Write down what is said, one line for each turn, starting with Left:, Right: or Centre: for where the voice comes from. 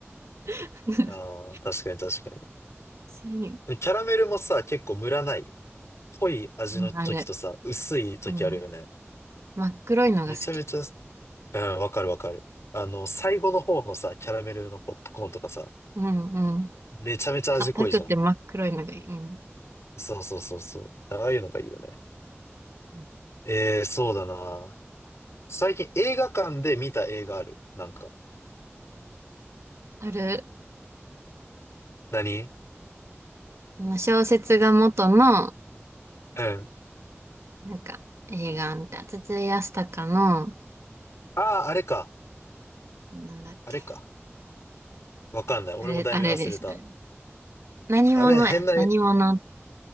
Right: <laughs>
Left: ああ、確かに確かに。
Right: せえへん。
Left: でキャラメルもさ、結構ムラない。濃い味の時とさ、
Right: うんあれ。
Left: 薄い時あるよね。
Right: うん。真っ黒いのが好き。
Left: めちゃめちゃ、うん、わかるわかる。あの、最後の方のさ、キャラメルのポップコーンとかさ、
Right: うんうん。
Left: めちゃめちゃ味濃いじゃん。
Right: 硬くて真っ黒いのがいい。うん。
Left: そうそうそうそう。ああいうのがいいよね。
Right: うん
Left: ええー、そうだな。最近映画館で見た映画ある。なんか。
Right: ある、
Left: 何
Right: 小説が元の、
Left: うん。
Right: なんか、映画みたいな。筒井康隆の、
Left: ああ、あれか。
Right: なんだっけ。
Left: あれか。わかんない。俺も題名忘れた。
Right: あれ、あれです。あれ何者や。
Left: あれ、変な、
Right: 何者。